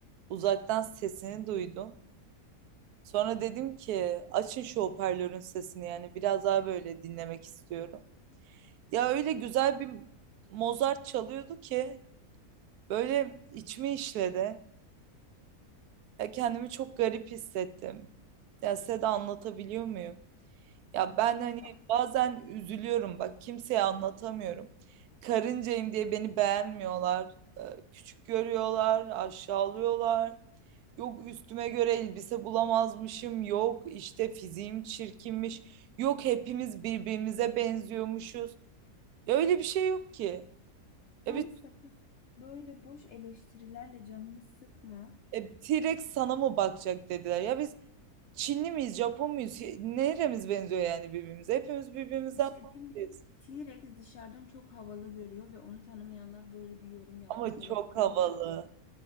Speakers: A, on the right (about 80°); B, on the left (about 65°).
A: uzaktan sesini duydum. Sonra dedim ki açın şu hoparlörün sesini yani biraz daha böyle dinlemek istiyorum. Ya öyle güzel bir Mozart çalıyordu ki böyle içimi işledi. Ya kendimi çok garip hissettim. Ya size de anlatabiliyor muyum? Ya ben hani
B: Ya,
A: bazen üzülüyorum bak kimseye anlatamıyorum. Karıncayım diye beni beğenmiyorlar. Ee, Küçük görüyorlar, aşağılıyorlar. Yok üstüme göre elbise bulamazmışım. Yok işte fiziğim çirkinmiş. Yok hepimiz birbirimize benziyormuşuz. Ya öyle bir şey yok ki. Ya
B: Sen
A: biz
B: sakın böyle boş eleştirilerle canını sıkma.
A: E, T-Rex sana mı bakacak dediler. Ya biz Çinli miyiz, Japon muyuz? Neremiz benziyor yani birbirimize? Hepimiz birbirimizden
B: Bir şey
A: farklıyız.
B: diyeyim mi? T-Rex dışarıdan çok havalı görüyor ve onu tanımayanlar böyle bir yorum yapmış
A: Ama çok
B: olabilirler.
A: havalı.